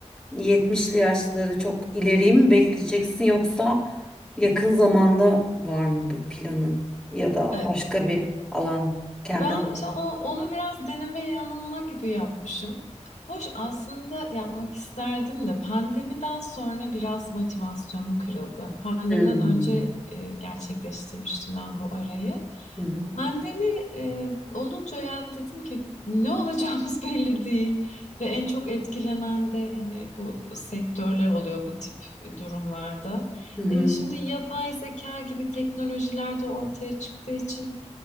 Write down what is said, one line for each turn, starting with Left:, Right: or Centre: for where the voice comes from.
Centre: Yetmişli yaşları çok ileriyi mi bekleyeceksin yoksa yakın zamanda var mı bir planın ya da
Left: Ee,
Centre: başka bir alan kendi
Left: Ben
Centre: alanın?
Left: işte o- onu biraz deneme yanılma gibi yapmışım. Hoş aslında yapmak isterdim de pandemiden sonra biraz motivasyonum kırıldı. Pandemiden
Centre: Hmm.
Left: önce e, gerçekleştirmiştim ben bu arayı.
Centre: Hı hı.
Left: Pandemi e, olunca yani dedim ki ne olacağımız <laughs> belli değil ve en çok etkilenen de hani bu sektörler oluyor bu tip durumlarda.
Centre: Hı hı.
Left: E, şimdi yapay zeka gibi teknolojiler de ortaya çıktığı için